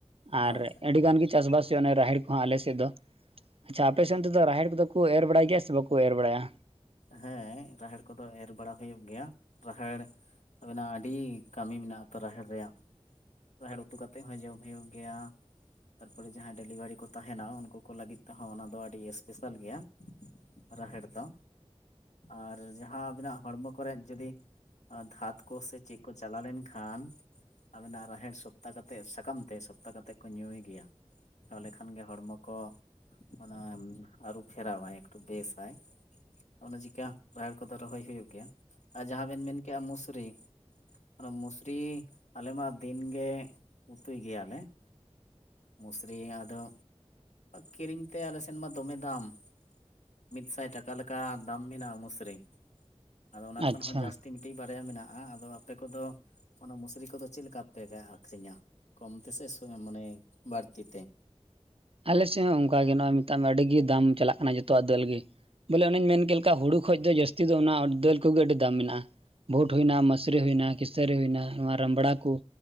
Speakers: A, on the left; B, on the right.
A: ᱦᱳᱭ
B: ᱟᱨ ᱟᱹᱰᱤ ᱜᱟᱱ ᱜᱮ ᱪᱟᱥᱵᱟᱥ ᱦᱩᱭᱩᱜᱼᱟ ᱨᱟᱦᱮᱲ ᱟᱞᱮ ᱥᱮᱫ ᱫᱚ᱾ ᱟᱪᱪᱷᱟ ᱟᱯᱮ ᱥᱮᱱ ᱛᱮᱫᱚ ᱨᱟᱦᱮᱲ ᱠᱚᱫᱚ ᱠᱚ ᱮᱨ ᱵᱟᱲᱟᱭ ᱜᱮᱭᱟ ᱥᱮ ᱵᱟᱠᱚ ᱮᱨ ᱵᱟᱲᱟᱭᱟ?
A: ᱦᱮᱸ ᱨᱟᱦᱮᱲ ᱠᱚᱫᱚ ᱮᱨ ᱵᱟᱲᱟ ᱦᱩᱭᱩᱜ ᱜᱮᱭᱟ ᱨᱟᱦᱮᱲ ᱟᱵᱮᱱᱟᱜ ᱟᱹᱰᱤ ᱠᱟᱹᱢᱤ ᱢᱮᱱᱟᱜᱼᱟ ᱛᱚ, ᱨᱟᱦᱮᱲ ᱨᱮᱭᱟᱜ᱾ ᱨᱟᱦᱮᱲ ᱩᱛᱩ ᱠᱟᱛᱮ ᱦᱚᱸ ᱡᱚᱢ ᱦᱩᱭᱩᱜ ᱜᱮᱭᱟ᱾ ᱛᱟᱨᱯᱚᱨᱮ ᱡᱟᱦᱟᱸᱭ ᱰᱮᱞᱤᱵᱷᱟᱨᱤ ᱠᱚ ᱛᱟᱦᱮᱱᱟ ᱩᱱᱠᱩ ᱠᱚ ᱞᱟᱹᱜᱤᱫ ᱛᱮᱦᱚᱸ ᱚᱱᱟ ᱫᱚ ᱟᱹᱰᱤ ᱥᱯᱮᱥᱟᱞ ᱜᱮᱭᱟ᱾ ᱨᱟᱦᱮᱲ ᱫᱚ ᱟᱨ ᱡᱟᱦᱟᱸ ᱟᱹᱵᱤᱱᱟᱜ ᱦᱚᱲᱢᱚ ᱠᱚᱨᱮᱫ ᱡᱩᱫᱤ ᱟᱨ ᱫᱷᱟᱛ ᱠᱚ ᱥᱮ ᱪᱮᱫ ᱠᱚ ᱪᱟᱞᱟᱣ ᱞᱮᱱ ᱠᱷᱟᱱ ᱟᱵᱮᱱᱟᱜ ᱨᱟᱦᱮᱲ ᱥᱚᱯᱛᱟ ᱠᱟᱛᱮᱫ ᱥᱟᱠᱟᱢ ᱛᱮ ᱥᱚᱯᱛᱟ ᱠᱟᱛᱮ ᱠᱚ ᱧᱩᱭ ᱜᱮᱭᱟ ᱾ ᱛᱟᱦᱚᱞᱮ ᱠᱷᱟᱱ ᱜᱮ ᱦᱚᱲᱢᱚ ᱠᱚ ᱚᱱᱟ ᱟᱹᱨᱩ ᱯᱷᱮᱨᱟᱣᱟᱭ ᱮᱠᱴᱩ ᱵᱮᱥᱟᱭ ᱾ ᱚᱱᱟ ᱪᱤᱠᱟ ᱨᱟᱦᱮᱲ ᱠᱚᱫᱚ ᱨᱚᱦᱚᱭ ᱦᱩᱭᱩᱜ ᱜᱮᱭᱟ ᱟᱨ ᱡᱟᱦᱟᱸ ᱵᱮᱱ ᱢᱮᱱ ᱠᱮᱜ-ᱟ ᱢᱩᱥᱨᱤ ᱚᱱᱟ ᱢᱚᱥᱨᱤ ᱟᱞᱮ ᱢᱟ ᱫᱤᱱ ᱜᱮ ᱩᱛᱩᱭ ᱜᱮᱭᱟ ᱞᱮ ᱾ ᱢᱩᱥᱨᱤ ᱟᱫᱚ ᱠᱤᱨᱤᱧ ᱛᱮ ᱟᱞᱮ ᱥᱮᱱ ᱢᱟ ᱫᱚᱢᱮ ᱫᱟᱢ ᱾ ᱢᱤᱫᱥᱟᱭ ᱴᱟᱠᱟ ᱞᱮᱠᱟ ᱫᱟᱢ ᱢᱮᱱᱟᱜᱼᱟ ᱩᱢᱩᱥᱨ ᱟᱫᱚ ᱚᱱᱟ ᱠᱷᱚᱱ
B: ᱟᱪᱪᱷᱟ
A: ᱦᱚᱸ ᱡᱟᱹᱥᱛᱤ ᱠᱟᱹᱴᱤᱡ ᱵᱟᱨᱭᱟ ᱢᱮᱱᱟᱜ-ᱟ ᱟᱫᱚ ᱟᱯᱮ ᱠᱚᱫᱚ ᱚᱱᱟ ᱢᱩᱥᱨᱤ ᱠᱚᱫᱚ ᱪᱮᱫ ᱞᱮᱠᱟ ᱯᱮ ᱟᱹᱠᱷᱨᱤᱧᱟ ᱠᱚᱢ ᱛᱮᱥᱮ ᱢᱟᱱᱮ ᱵᱟᱹᱲᱛᱤ ᱛᱮ?
B: ᱟᱞᱮ ᱥᱮᱫ ᱦᱚᱸ ᱚᱱᱠᱟ ᱜᱮ ᱱᱚᱜ-ᱚᱭ ᱢᱮᱛᱟᱜ ᱢᱮ ᱟᱹᱰᱤ ᱜᱮ ᱫᱟᱢ ᱪᱟᱞᱟᱜ ᱠᱟᱱᱟ ᱡᱚᱛᱚᱣᱟᱜ ᱫᱟᱹᱞ ᱜᱮ ᱾ ᱵᱚᱞᱮ ᱚᱱᱮᱧ ᱢᱮᱱ ᱠᱮᱫ ᱞᱮᱠᱟ ᱦᱩᱲᱩ ᱠᱷᱚᱡ ᱫᱚ ᱡᱟᱹᱥᱛᱤ ᱫᱚ ᱚᱱᱟ ᱫᱟᱹᱞ ᱠᱚᱜᱮ ᱟᱹᱰᱤ ᱫᱟᱢ ᱢᱮᱱᱟᱜ-ᱟ ᱾ ᱵᱷᱳᱴ ᱦᱩᱭᱱᱟ ᱢᱟᱥᱨᱮ ᱦᱩᱭᱱᱟ ᱠᱤᱥᱟᱹᱨᱤ ᱦᱩᱭᱱᱟ ᱱᱚᱣᱟ ᱨᱟᱢᱲᱟ ᱠᱚ